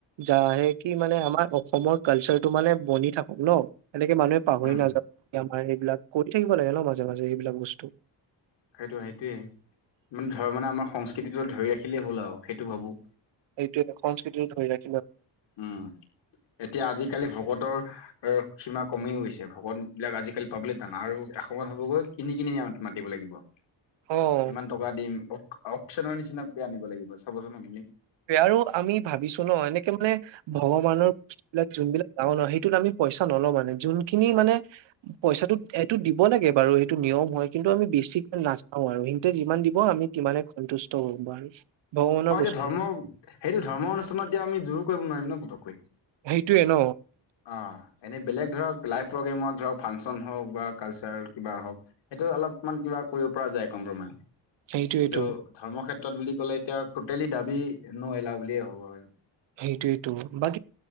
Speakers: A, on the right (about 85°); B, on the left (about 80°).
A: যাহে কি মানে আমাৰ অসমৰ কালচাৰটো মানে বনি থাকক ন। এনেকে মানুহে পাহৰি
B: উম
A: নাযাওক, আমাৰ এইবিলাক কৰি থাকিব লাগে ন মাজে মাজে এইবিলাক বস্তু।
B: সেইটো সেইটোৱে মানে ধৰ্ম নামত সং- <unintelligible> জ ধৰি ৰাখিলেই হ'ল আৰু সেইটো ভাবো।
A: এইেটোয়ে সংস্কৃতিত ধৰি ৰাখে।
B: উম এতিয়া আজিকালি ভকতৰ, আৰু সীমা কমি গৈছে। ভকত বিলাক আজিকালি পাবলৈ টান আৰু এসময়ত হবগৈ কিনি কিনি মাতিব লাগে।
A: অ',
B: ইমান টকা দিম, অ অকচৰ নিচিনাক আনিব লাগিব চাবচোন আপুনি।
A: আৰু আমি ভাবিছো ন এনেকে মানে ভগৱানৰ বস্তু বিলাক যোনবিলাক, ন ন সেইটোত আমি পইচা নল মানে, যোনখিনি মানে পইচাটো এইটো দিব লাগে বাৰু সেইটো। নিয়ম হয়। কিন্তু আমি বেছিকৈ নাচাওঁ আৰু সিহতে যিমান দিব আমি মানে সন্তুষ্ট হ আৰু। ভগৱানৰ
B: অ এতিয়া
A: বস্তু
B: ধৰ্ম সেইটো ধৰ্ম অনুষ্ঠানত এতিয়া আমি জোৰ কৰিব নোৱাৰিম ন পতককৈ।
A: সেইটোয়ে ন
B: অ এনেই বেলেগ ধৰক লাইভ প্ৰগ্ৰেমত ধৰক, ফাংচন হওক বা কালচাৰ কিবা হওক, সেইটো অলপমান কিবা কৰিব পৰা যায় কম্প্ৰমাইজ। কিন্তু
A: সেইটোয়েটো
B: ধৰ্ম ক্ষেত্ৰত বুলি ক'লে এতিয়া টটেলি দাবী ন এলা বুলিয়ে হ'ব আৰু।
A: সেইটো সেইটো বাকী,